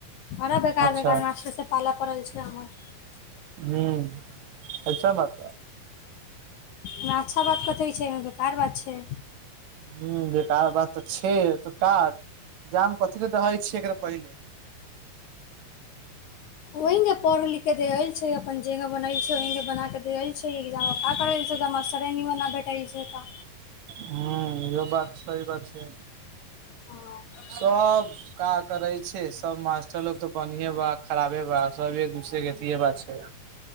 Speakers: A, on the left; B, on the right.
A: बड़ा बेकार
B: अच्छा
A: बेकार मास्टर सब पाला पड़ल छै हमर।
B: हुं अइसा बात बा।
A: ना अच्छा बात कते छै बेकार बात छै।
B: हु बेकार बात तऽ छै त का जाम कथी दहैय छिय एकरा पहिले।
A: ओहि मे पढ़ लिख दे अइछ। अपन जेना बनल छै ओही मे बना के दैल छै एग्जाम का करल छै <unintelligible> ना भेटत कैल छै तऽ।
B: हुं इहो बात सही बात छै,
A: हँ
B: सब काज करै छै सब मास्टर लोग तऽ बढ़िये बा खराबे बा सब एक दूसरे के अथिये बा छै।